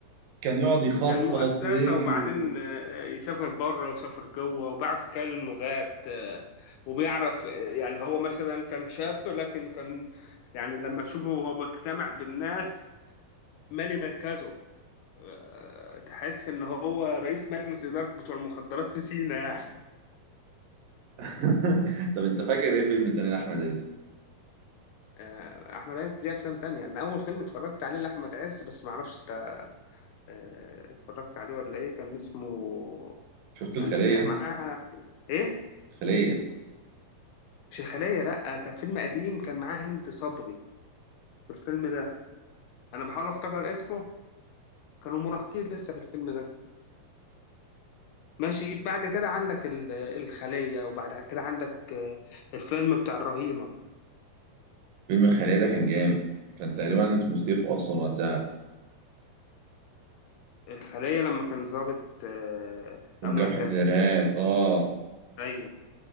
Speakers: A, on the right; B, on the left.
A: كان يقعد يخطط
B: كان مؤسسه
A: ويجري
B: وبعدين آه، يسافر بره وسافر جوه وبيعرف يتكلم لغات آه، وبيعرف آه، يعني هو مثلا كان شاب لكن كان يعني لما تشوفه وهو بيجتمع بالناس مالي مركزه آه، تحس ان هو رئيس مجلس اداره بتوع المخدرات في سينا يعني
A: <laughs> طب انت فاكر ايه فيلم تاني لاحمد عز
B: آه، احمد عز ليه افلام تانية انا اول فيلم اتفرجت عليه لاحمد عز بس ما اعرفش انت آه، اتفرجت عليه ولا ايه كان اسمه
A: شفت الخليه
B: كان كان معاه ايه
A: الخليه
B: شيخاليه لا كان فيلم قديم كان معاه هند صبري في الفيلم ده انا بحاول افتكر اسمه كانوا مراهقين لسه في الفيلم ده ماشي بعد كده عندك ال- الخليه وبعد كده عندك آه، الفيلم بتاع الرهينه
A: فيلم الخليه ده كان جامد كان تقريبا اسمه سيف اصلا وقتها
B: الخلية لما كان ضابط آه،
A: ومكافحه
B: أمن مركزي
A: الارهاب اه
B: أيوه